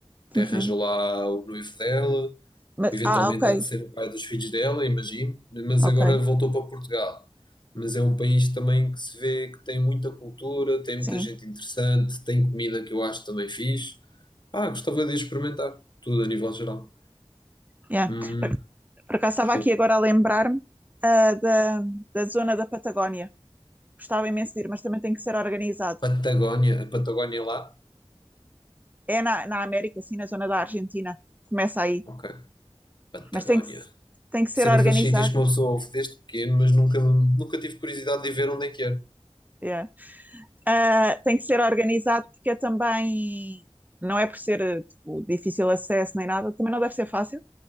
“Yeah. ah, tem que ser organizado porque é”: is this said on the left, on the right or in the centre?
Right